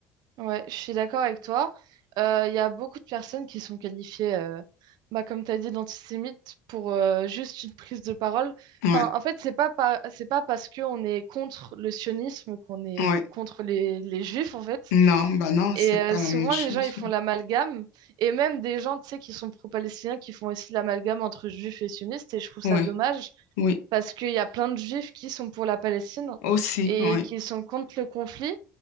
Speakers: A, on the right; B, on the left.
A: Ouais, je suis d'accord avec toi. Euh, Il y a beaucoup de personnes qui sont qualifiées, euh, bah, comme tu as dit, d'antisémites pour euh, juste une prise de parole.
B: Ouais,
A: Enfin, en fait, c'est pas, par- c'est pas parce qu'on est contre le sionisme qu'on est
B: ouais.
A: contre les, les juifs, en fait.
B: Non, bah non,
A: Et
B: c'est
A: euh,
B: pas
A: souvent,
B: la même chose.
A: les gens, ils font l'amalgame. Et même des gens, tu sais, qui sont pro-palestiniens, qui font aussi l'amalgame entre juifs et sionistes. Et je trouve
B: Ouais,
A: ça dommage
B: oui,
A: parce qu'il y a plein de juifs qui sont pour la Palestine
B: aussi,
A: et
B: ouais,
A: qui sont contre le conflit.